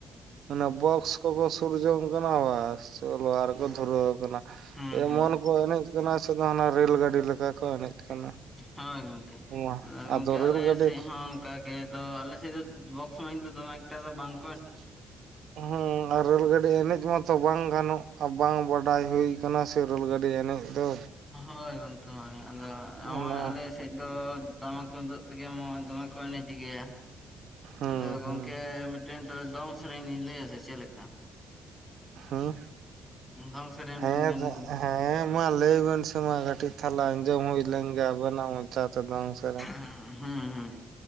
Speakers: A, on the right; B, in the centre.
A: ᱚᱱᱟ ᱵᱚᱠᱥ ᱠᱚᱠᱚ ᱥᱩᱨᱡᱚᱝ ᱠᱟᱱᱟ ᱵᱟᱥ ᱪᱚᱞᱚ ᱟᱨᱠᱚ ᱫᱷᱩᱨᱟᱹᱣ ᱠᱟᱱᱟ᱾
B: ᱦᱩᱸ
A: ᱮᱢᱚᱱ
B: ᱦᱩᱸ
A: ᱠᱚ ᱮᱱᱮᱡ ᱠᱟᱱᱟ ᱥᱮ ᱦᱟᱱᱟ ᱨᱮᱹᱞ ᱜᱟᱹᱰᱤ ᱞᱮᱠᱟ ᱠᱚ ᱮᱱᱮᱡ ᱠᱟᱱᱟ᱾
B: ᱦᱳᱭ ᱜᱚᱝᱠᱮ,
A: ᱢᱟ
B: ᱟᱫᱚ ᱜᱚᱝᱠᱮ
A: ᱨᱮᱹᱞ
B: ᱟᱞᱮ
A: ᱜᱟᱹᱰᱤ
B: ᱥᱮᱜ ᱦᱚᱸ ᱚᱱᱠᱟᱜᱮ ᱫᱚ ᱟᱞᱮ ᱥᱮᱜ ᱫᱚ ᱵᱚᱠᱥ ᱢᱟᱤᱭᱤᱠ ᱫᱚ ᱫᱚᱢᱮ ᱮᱠᱴᱟ ᱫᱚ ᱵᱟᱝ
A: <inaudible>
B: <inaudible>
A: ᱟᱨ ᱨᱮᱞ ᱜᱟᱹᱰᱤ ᱮᱱᱮᱡ ᱢᱟᱛᱚ ᱵᱟᱝ ᱜᱟᱱᱚᱜ-ᱟ ᱵᱟᱝ ᱵᱟᱰᱟᱭ ᱦᱩᱭ ᱠᱟᱱᱟ ᱥᱮ ᱨᱮᱞ ᱜᱟᱹᱰᱤ ᱮᱱᱮᱡ ᱫᱚ᱾
B: ᱦᱳᱭ ᱜᱚᱝᱠᱮ ᱦᱳᱭ ᱟᱫᱚ ᱱᱚᱜ-ᱚᱭ
A: ᱚᱱᱟ
B: ᱟᱞᱮᱥᱮᱜ ᱫᱚ ᱴᱟᱢᱟᱠ ᱛᱩᱢᱫᱟᱜ ᱛᱮᱜᱮ ᱢᱚᱡᱽ ᱫᱚᱢᱮ ᱯᱟᱱ ᱤᱫᱤ ᱜᱮᱭᱟ,
A: ᱦᱩᱸ
B: ᱟᱫᱚ ᱜᱚᱝᱠᱮ
A: ᱦᱩᱸ
B: ᱢᱤᱫᱴᱮᱱ ᱛᱚᱵᱮ ᱫᱚᱝ ᱥᱮᱨᱮᱸᱧ ᱞᱤᱧ ᱞᱟᱹᱭᱟ ᱥᱮ ᱪᱮᱫ ᱞᱮᱠᱟ᱾
A: ᱦᱩᱸ᱾
B: ᱫᱚᱝ ᱥᱮᱨᱮᱸᱧ ᱢᱤᱫᱴᱟᱝ
A: ᱦᱮᱸ
B: ᱜᱟᱱᱞᱤᱧ
A: ᱦᱮᱸ ᱢᱟ ᱞᱟᱹᱭ ᱵᱮᱱ ᱥᱮᱢᱟ ᱠᱟᱹᱴᱤᱡ ᱛᱟᱦᱚᱸᱞᱮ ᱟᱸᱡᱚᱢ ᱦᱩᱭ ᱞᱮᱱ ᱜᱮ ᱟᱵᱮᱱᱟᱜ ᱢᱚᱪᱟ ᱛᱮ‌ ᱫᱚᱝ ᱥᱮᱨᱮᱸᱧ᱾
B: ᱦᱩᱸ ᱦᱩᱸ ᱦᱩᱸ,